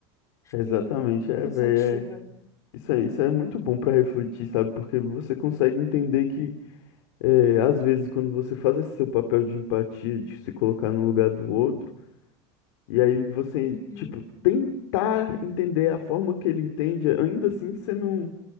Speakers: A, on the left; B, on the left.
A: Fiquei
B: exatamente. É,
A: pensativa.
B: velho. Isso é, isso é muito bom pra refletir, sabe? Porque você consegue entender que, é, às vezes, quando você faz esse seu papel de empatia, de se colocar no lugar do outro, e aí você,
A: Uhum.
B: tipo, tentar entender a forma que ele entende, ainda assim você não,